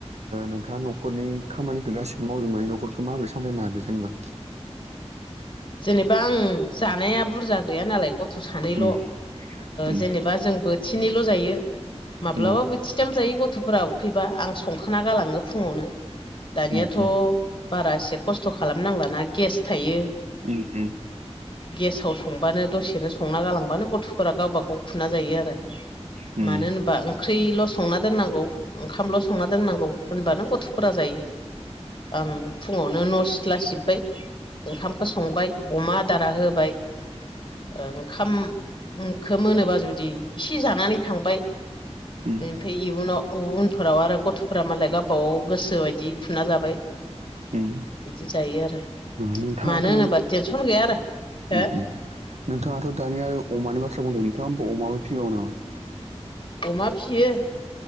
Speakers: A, on the right (about 80°); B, on the left (about 45°).
A: नोंथाङा न'खरनि खामानिखौ गासिबो मावजोबनो हायो न'खरखखौ माबोरै सामलायनो हादों जेनेबा
B: जेनेबा आं जानाया बुरजा गैया नालाय गथ' सानैल'
A: उम उम
B: जेनेबा जों बोथिनैल' जायो माब्लाबा
A: उम
B: बोथिथाम जायो गथ' गथ'फोरा उखैबा आं संखाना गालाङो फुङावनो दानियाथ'
A: उम उम
B: बारा एसे खस्थ' खालामनांलाना गेस थायो
A: उम‌‌ उम
B: गेसाव संबानो दसेनो संना गालांबानो गथ'फोरा गावबा गाव खुना जायो आरो
A: उम
B: मानो होनबा ओंख्रिल' संनाोननांगौ ओंखामल' संना दोननांगौ होनबानो गथ'फोरा जायो आं फुङावनो न' सिथ्ला सिब्बाय ओंखाम संबाय अमा आदारा होबाय ओंखामखौ मोनोबा जुदि इसे जानानै थांबाय
A: उम
B: फ्राय उनाव उनफोराव आरो गथ'फोरा मालाय गावबा गाव गोसो बायदि खुना जाबाय
A: उम
B: बिदि जायो आरो
A: नोंथाङाथ'
B: मानो होनोबा टेनसन गैया आरो हो
A: नोंथांङाथ' दानि आरो अमानि बाथ्रा बुंदों नोंथांङा होमबा अमाबो फिबावो नामा
B: अमा फिसियो